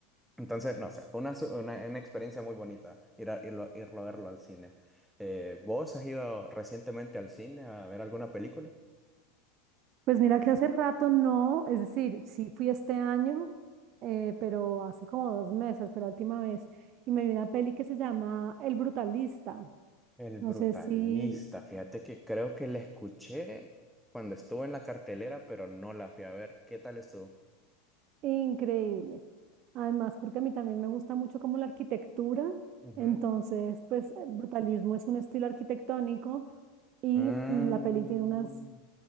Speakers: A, in the centre; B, on the right.
A: entonces, no sé, fue una, su- una, una experiencia muy bonita ir a, irlo, irlo a verlo al cine. Eh, ¿vos has ido recientemente al cine a ver alguna película?
B: Pues mira que hace rato no, es decir, sí fui este año, eh, pero hace como dos meses fue la última vez, y me vi una peli que se llama El Brutalista.
A: El Brutalista,
B: No sé si
A: fíjate que creo que la escuché cuando estuvo en la cartelera, pero no la fui a ver. ¿Qué tal estuvo?
B: Increíble. Además, porque a mí también me gusta mucho como la arquitectura,
A: Ujú.
B: entonces, pues, eh, brutalismo es un estilo arquitectónico y
A: Mm,
B: mm, la peli tiene unas,